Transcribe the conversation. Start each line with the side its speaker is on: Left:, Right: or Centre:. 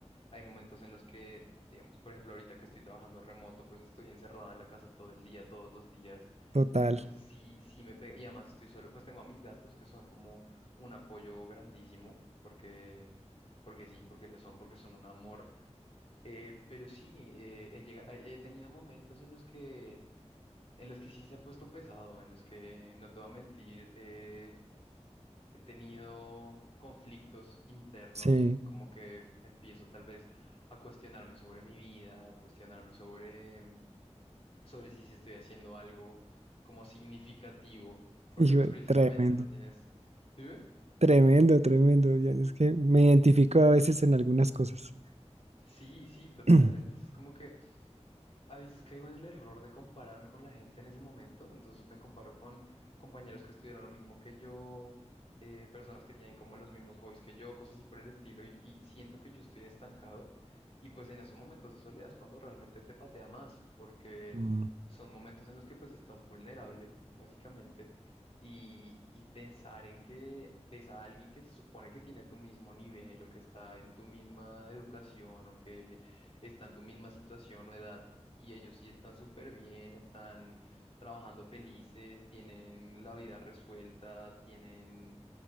Left: hay momentos en los que, digamos, por ejemplo, ahorita que estoy trabajando remoto, pues estoy encerrado en la casa todo el día, todos los días.
Right: Total,
Left: Entonces sí, sí me pega. Y además estoy solo, pues tengo a mis gatos que son como un apoyo grandísimo, porque, porque sí, porque lo son, porque son un amor. Eh, pero sí, eh, he llega- he he tenido momentos en los que, en los que sí se ha puesto pesado, en los que, no te voy a mentir, eh, he tenido conflictos internos,
Right: sí.
Left: como que empiezo tal vez a cuestionarme sobre mi vida, a cuestionarme sobre, mm, sobre si estoy haciendo algo como significativo, porque
Right: Hijo
Left: pues
Right: de-
Left: precisamente
Right: tremendo,
Left: no tienes... Dime.
Right: tremendo, tremendo. ya, Es que me identifico a veces en algunas cosas.
Left: Sí, sí, total.
Right: <clears throat>
Left: Entonces como que a veces caigo en el error de compararme con la gente en ese momento, entonces me comparo con compañeros que estudiaron lo mismo que yo, eh, personas que tienen como los mismos hobbies que yo, cosas así por el estilo, y, y siento que yo estoy estancado, y pues en esos momentos de soledad es cuando realmente te patea más, porque
Right: Mm,
Left: son momentos en los que pues estás vulnerable, básicamente, y, y pensar en que ves a alguien que se supone que tiene tu mismo nivel o que está en tu misma educación o que está en tu misma situación o edad y ellos sí están súper bien, están trabajando felices, tienen la vida resuelta, tienen,